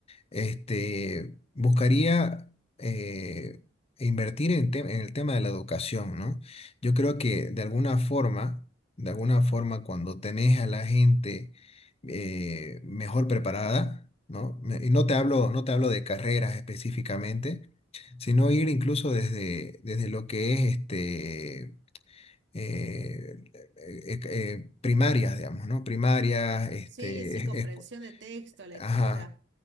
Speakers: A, on the left; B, on the right.
A: este, buscaría eh, invertir en, te- en el tema de la educación, ¿no? Yo creo que de alguna forma, de alguna forma, cuando tenés a la gente eh, mejor preparada, ¿no? Me- Y no te hablo, no te hablo de carreras específicamente, sino ir incluso desde, desde lo que es este, eh, eh, eh, primarias, digamos, ¿no? Primarias, este,
B: Sí, sí,
A: es-
B: comprensión
A: es-
B: de texto, lectura,
A: ajá,